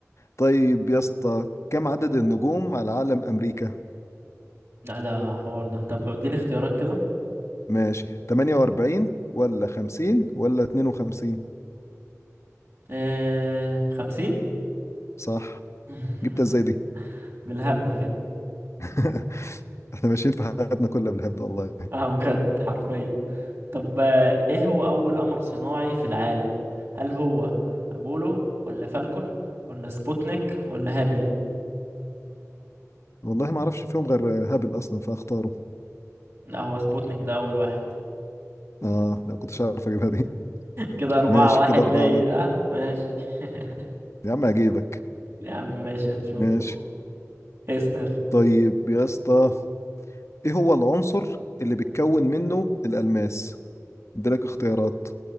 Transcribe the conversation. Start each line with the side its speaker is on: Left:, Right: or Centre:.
Left: طيب يا اسطى كم عدد النجوم على علم أمريكا؟
Right: لا ده حوار ده طب اديني اختيارات كده
Left: ماشي 48 ولا 50 ولا 52
Right: آه... خمسين
Left: صح
Right: <laughs>
Left: جبتها ازاي دي؟
Right: بالهبل كده
Left: <laughs> احنا ماشيين في حياتنا كلها بالهبد والله
Right: اه بجد حرفيا طب آه، ايه هو اول قمر صناعي في العالم هل هو ابولو ولا فالكون ولا سبوتنيك ولا هابل
Left: والله ما اعرفش فيهم غير هابل اصلا فاختاره
Right: لا هو سبوتنيك ده اول واحد
Left: اه لا كنتش عارف اجيبها دي
Right: كده أربعة
Left: ماشي
Right: واحد
Left: كده أربعة
Right: ليا
Left: واحد
Right: ها ماشي <laughs>
Left: يا عم هجيبك
Right: يا عم ماشي هنشوف
Left: ماشي
Right: اسأل
Left: طيب يا اسطى ايه هو العنصر اللي بيتكون منه الألماس؟ اديلك اختيارات